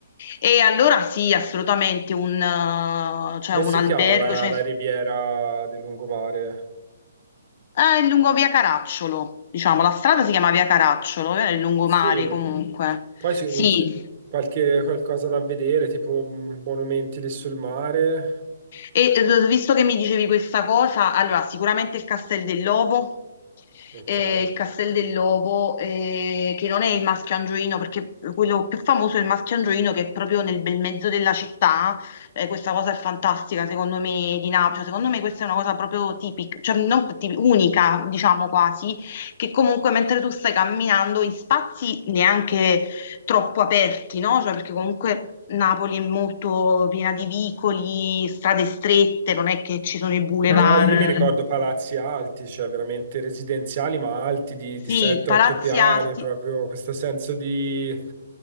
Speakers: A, on the left (about 50°); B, on the right (about 50°).
A: E allora sì, assolutamente un, eh, cioè,
B: Come
A: un
B: si
A: albergo,
B: chiama la,
A: cioè,
B: la riviera del lungomare?
A: ah, è lungo via Caracciolo, diciamo, la strada si chiama via Caracciolo, eh, è il lungomare
B: Sì,
A: comunque.
B: poi c'è
A: Sì,
B: non so, qualche, qualcosa da vedere, tipo mm, monumenti lì sul mare.
A: E eh, visto che mi dicevi questa cosa, allora sicuramente il Castel dell'Ovo,
B: Ok.
A: eh, il Castel dell'Ovo eh, che non è il Maschio Angioino, perché quello più famoso è il Maschio Angioino che è proprio nel bel mezzo della città. Eh, questa cosa è fantastica, secondo me, di Napoli. Cioè, secondo me questa è una cosa proprio tipica, cioè non tipica, unica, diciamo quasi, che comunque mentre tu stai camminando in spazi neanche troppo aperti, no? Cioè, perché comunque Napoli è molto piena di vicoli, strade strette, non è che ci sono i boulevard.
B: Pala- io mi ricordo
A: Mm.
B: palazzi alti, cioè veramente residenziali, ma alti di,
A: Sì,
B: di 7-8
A: palazzi
B: piani,
A: alti,
B: proprio questo senso di...